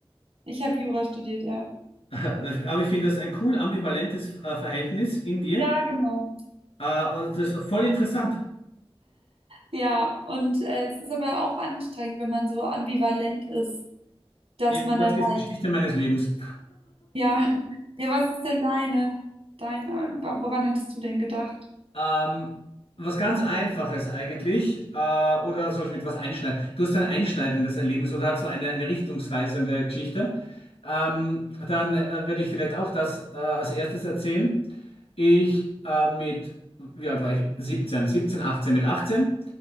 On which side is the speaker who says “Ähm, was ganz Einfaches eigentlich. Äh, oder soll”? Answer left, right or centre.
Left